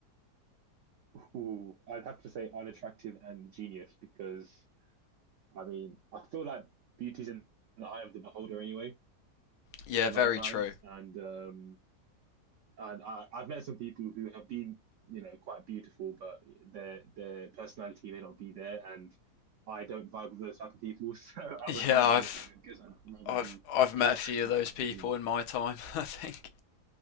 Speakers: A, on the right (about 75°); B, on the left (about 75°).
A: Ooh, I'd have to say unattractive and genius because I mean I feel like beauty's in the eye of the beholder anyway
B: Yeah,
A: a
B: very
A: lot of times
B: true.
A: and um and I, I've met some people who have been you know quite beautiful but their their personality may not be there and I don't vibe with those type of people <laughs> so I
B: Yeah,
A: would rather
B: I've
A: yeah I guess I'd rather
B: I've
A: be
B: I've met
A: unattractive
B: a few of those
A: than
B: people
A: a
B: in my time, <laughs> I think.